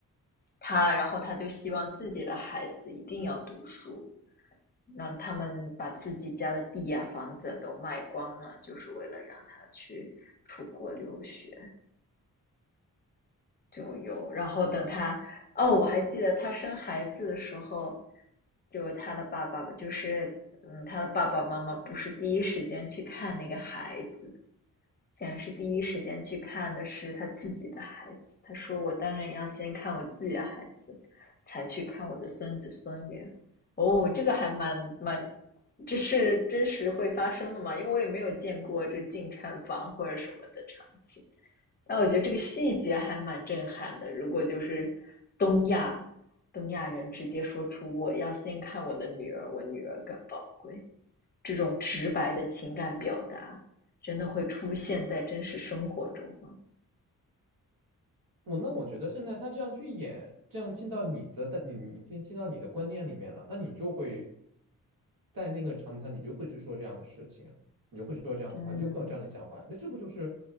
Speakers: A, on the left; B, on the right.
A: 他然后他就希望自己的孩子一定要读书，让他们把自己家的地呀、啊房子都卖光了，就是为了让他去出国留学。就有，然后等他，哦，我还记得他生孩子的时候，就他的爸爸，吧，就是嗯，他的爸爸妈妈不是第一时间去看那个孩子，竟然是第一时间去看的是他自己的孩子。他说：“我当然要先看我自己的孩子，才去看我的孙子孙女。”哦，这个还蛮蛮，这是真实会发生的嘛？因为我也没有见过这进产房或者什么的场景。但我觉得这个细节还蛮震撼的。如果就是东亚东亚人直接说出“我要先看我的女儿，我女儿更宝贵”这种直白的情感表达，真的会出现在真实生活中吗？
B: 我那我觉得现在他这样去演，这样进到你的，但你你进进到你的观念里面了，那你就会在那个场景下，你就会去说这样的事情啊，你就会说这样的话，
A: 嗯
B: 你就会有这样的想法呀。那这不就是